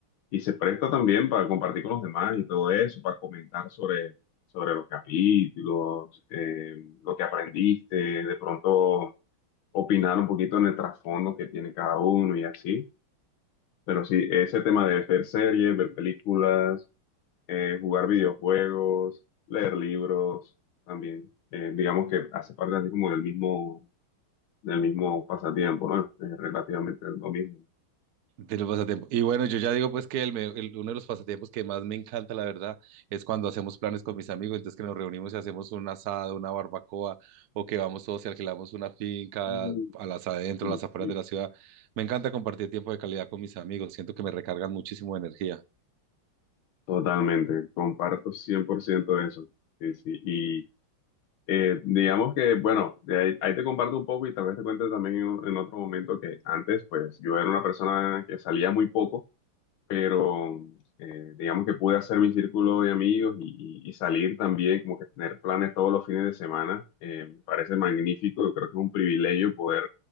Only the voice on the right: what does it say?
De los pasatiempos. Y bueno, yo ya digo pues que el me- el- uno de los pasatiempos que más me encanta, la verdad, es cuando hacemos planes con mis amigos, entonces que nos reunimos y hacemos un asado, una barbacoa, o que vamos todos y alquilamos una finca
a las adentro,
a las afueras
de la ciudad. Me encanta compartir tiempo de calidad con mis amigos, siento que me recargan muchísimo de energía.